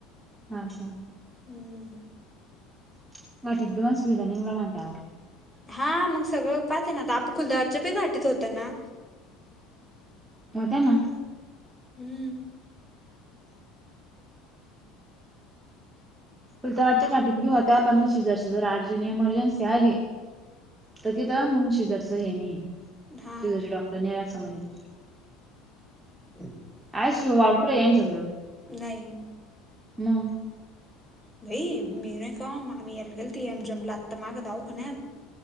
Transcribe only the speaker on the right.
हा अच्छा!
<unintelligible> सुविधा निघल्या म्हणता आता.
होत्या ना.
खुलताबादच्या घाटीत बी होत्या पण म सिजर सिजर अर्जंट इमर्जन्सी आली त तिथ मग शिजरचं हे नहीये.
शिजरचे डॉक्टर नाही राहत <unintelligible> इथ.
आई सी यू वॉर्ड कुड यांच्याकडं?
मग.